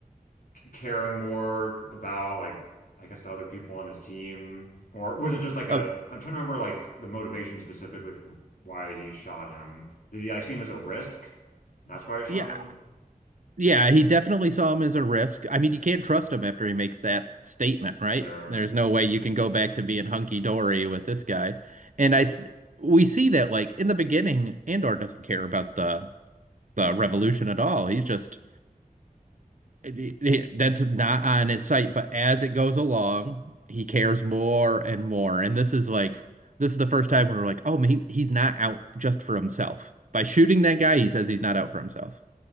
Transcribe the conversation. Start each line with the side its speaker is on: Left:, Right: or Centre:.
Left: c- caring more about like I guess to other people on his team, or was it just like a
Right: uh,
Left: I'm trying to remember like the motivation specifically for why he shot him. Did he like see him as a risk? That's why he shot
Right: yeah,
Left: him.
Right: yeah, he definitely saw him as a risk. I mean, you can't trust him after he makes that statement, right?
Left: Or
Right: There's no way you can go back to being hunky dory with this guy. And I, th- we see that like in the beginning, Andor doesn't care about the the revolution at all. He's just it- it- that's not on his site, but as it goes along, he cares more and more. And this is like this is the first time when we're like, oh, he, he's not out just for himself. By shooting that guy, he says he's not out for himself.